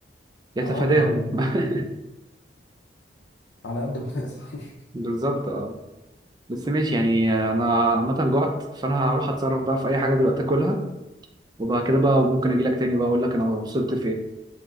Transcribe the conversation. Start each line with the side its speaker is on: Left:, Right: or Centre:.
Right: يتفاداهم
Left: اه يعني
Right: <laughs>
Left: على قد ما اقدر <laughs>
Right: بالظبط اه بس ماشي يعني انا عامه جعت فانا هروح اتصرف بقى في اي حاجه دلوقتي اكلها وبعد كده بقى ممكن اجي لك تاني بقى اقول لك انا وصلت فين